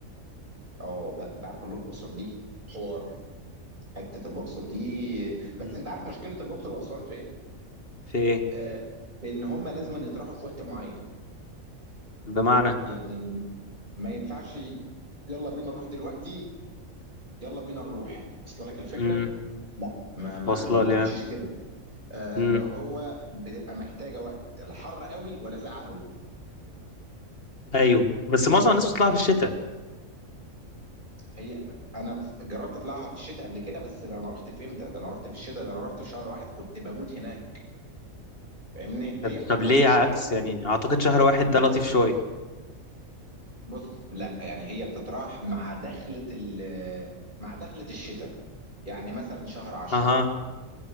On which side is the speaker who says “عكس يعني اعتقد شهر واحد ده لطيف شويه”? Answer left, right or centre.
Left